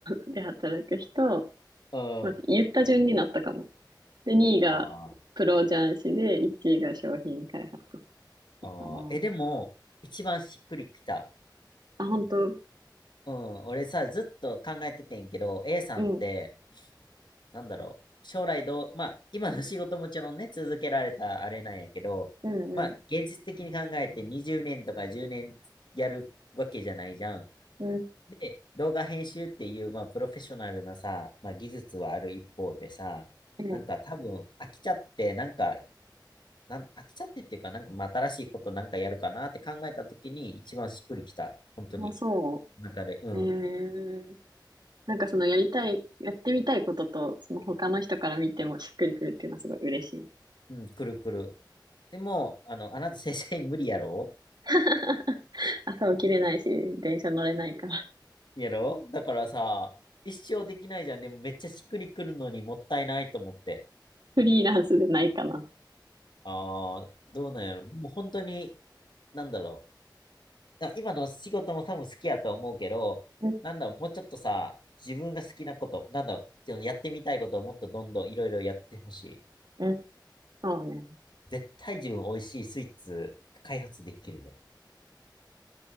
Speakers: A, on the right; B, on the left.
A: で働く人、
B: うん。
A: 待って、言った順になったかも。で、2位がプロ雀士で、
B: あー
A: 1位が商品開発
B: あー。
A: かな。
B: え、でも、一番しっくりきた。
A: あ、本当。
B: うん。俺さ、ずっと考えててんけど、A さんって、
A: うん、
B: なんだろう。将来どう、まあ、今の仕事もちろんね、続けられたあれなんやけど、
A: うん、
B: まあ、
A: うん、
B: 現実的に考えて20年とか10年やるわけじゃないじゃん。
A: うん、
B: で、動画編集っていう、まあ、プロフェッショナルなさ、まあ、技術はある一方でさ、
A: うん。
B: なんか多分飽きちゃって、なんか、なん、飽きちゃってっていうか、なんかまあ新しいことなんかやるかなって考えた時に一番しっくりきた。本当に。
A: あ、そ
B: なんかねうん。
A: う。えー、なんかそのやりたい、やってみたいことと、その他の人から見てもしっくりくるっていうのはすごい嬉しい。
B: うん、くるくる。でも、あの、あなた正社員無理やろ
A: <laughs> 朝起きれないし、電車乗れないから、
B: やろだからさ、一生できないじゃん。でもめっちゃしっくりくるのにもったいないと思って。
A: <laughs> フリーランスでないかな。
B: ああ、どうなんやろ。もう本当に、なんだろう。あ今の仕事も多分好きやと思うけど、
A: うん、
B: なんだろう、もうちょっとさ、自分が好きなこと、なんだろう、そのやってみたいことをもっとどんどんいろいろやってほしい。
A: うん、そうね。
B: 絶対自分美味しいスイーツ開発できるね。